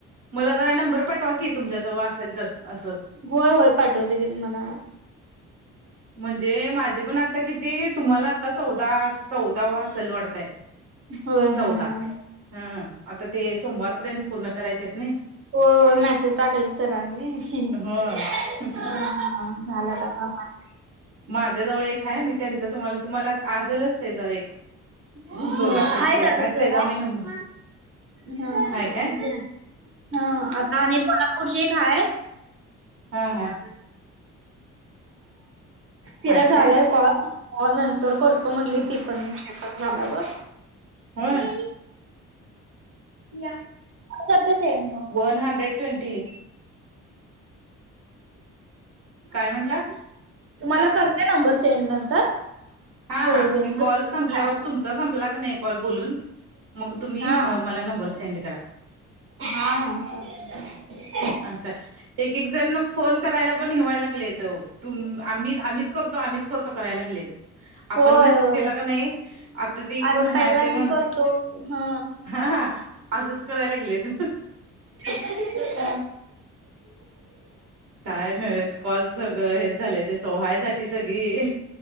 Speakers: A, on the right; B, on the right.
A: मला जरा नंबर पाठवा की तुमच्या जवळ असेल तर असं
B: होय होय पाठवते की तुम्हाला.
A: म्हणजे माझे पण आता किती तुम्हाला आता चौदा चौदावा असेल वाटतय.
B: होय
A: चौदा
B: हा हा
A: हम आता ते सोमवार पर्यंत पूर्ण करायचे आहेत नाही.
B: हो हो मेसेज टाकले सरांनी ह
A: हो
B: झालं तर.
A: माझ्याजवळ एक आहे मी त्यांच तुम्हाला तुम्हाला आजलच त्याचा एक
B: आहेत
A: सोलापूरच एक
B: आता
A: आहे
B: सोडा.
A: त्याचा मी नंबर
B: हा
A: हाय काय
B: म्हणजे हा आता आणि कोल्हापूरची एक हाय.
A: हम हम.
B: तिला
A: आहेत
B: झालंय
A: काय
B: कॉल नंतर करतो म्हणली ती पण पण झाल्यावर.
A: होय. या.
B: करते सेंड मग
A: वन हंड्रेड ट्वेंटी ली. काय म्हंटलं.
B: तुम्हाला करते नंबर सेंड नंतर
A: हा
B: जोयोगेंद्रचा
A: हा हे कॉल संपल्यावर.
B: हाय
A: तुमचा संपला क नाही कॉल बोलून मग तुम्ही
B: हा हा
A: मला नंबर सेंड करा
B: हा हा चालत चालत
A: असं एक एक जण फोन करायला पण हिवायला लागलेेत तुम आम्हीच आम्हीच करतो आम्हीच करतो करायला लागलेत. आपण
B: होय
A: मेसेज
B: होय
A: केला का नाही आता ती
B: आम्ही
A: कोण
B: पहिला
A: ह ते म्हणत
B: मी करतो. हा
A: हा हा असंच करायला लागलेत.
B: ब <unintelligible>
A: काय नव्हेच कॉलच सगळ हेच झालंय ते सोहायसाठी सगळी